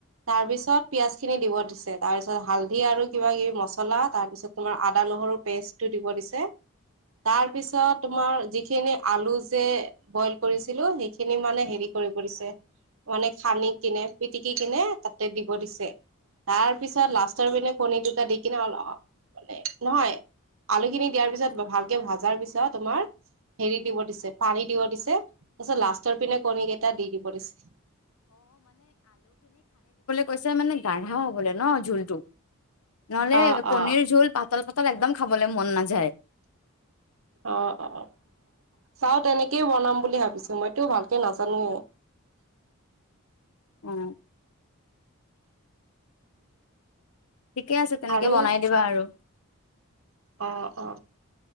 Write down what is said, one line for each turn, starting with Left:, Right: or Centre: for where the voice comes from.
Right: তাৰ পিছত পিয়াজ খিনি দিব দিছে। তাৰ পিছত হালধি আৰু কিবা কিবি মছলা, তাৰ পিছত তোমাৰ আদা নহৰু পেষ্টটো দিব দিছে। তাৰ পিছত তোমাৰ যিখিনি আলু যে বইল কৰিছিলো, সেইখিনি মানে হেৰি কৰিব দিছে। মানে খানি কিনে পিটিকি কিনে তাতে দিব দিছে। তাৰ পিছত লাষ্টৰ পিনে কণী দুটা দি কিনে অল মানে নহয়। আলুখিনি দিয়াৰ পিছত ভালকে ভাজাৰ পিছত তোমাৰ হেৰি দিব দিছে। পানী দিব দিছে তাৰ পিছত লাষ্টৰ পিনে কণী কেইটা দি দিব দিছে।
Left: কৈছো মানে গাঢ়া হবলে ন ঝুলতটো, নহলে
Right: অ
Left: কণীৰ
Right: অ
Left: ঝুল পাত- পাতল পাতল একদম খাবলে মন নাযায়।
Right: অ অ অ চাওঁ তেনেকেই বনাম বুলি ভাবিছো মইতো ভালকে নাজানোৱে।
Left: উ। ঠিকে আছে তেনেকে
Right: আৰু
Left: বনাই দিবা আৰু
Right: অ অ